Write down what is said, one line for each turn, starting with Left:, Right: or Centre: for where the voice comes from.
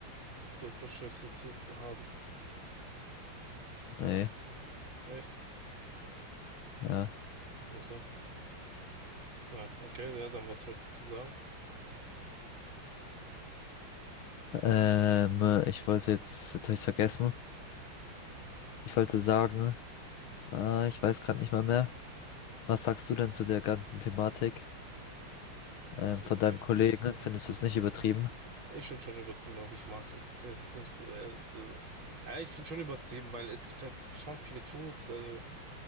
Right: so verschlüsselt zu haben.
Left: Nee,
Right: Echt?
Left: ja.
Right: Also Ja, okay, ja, dann was sollst du sagen?
Left: Ähm, ich wollte jetzt, jetzt habe ich vergessen. Ich wollte sagen, ah, ich weiß gerade nicht mal mehr. Was sagst du denn zu der ganzen Thematik ähm,
Right: Zu
Left: von deinem
Right: welchem?
Left: Kollegen? Findest du es nicht übertrieben?
Right: Ich finde schon übertrieben, aber ich mag ihn. Der ist nicht so. Äh, der, ja, ich finde schon übertrieben, weil es gibt halt schon viele Tuts. Also,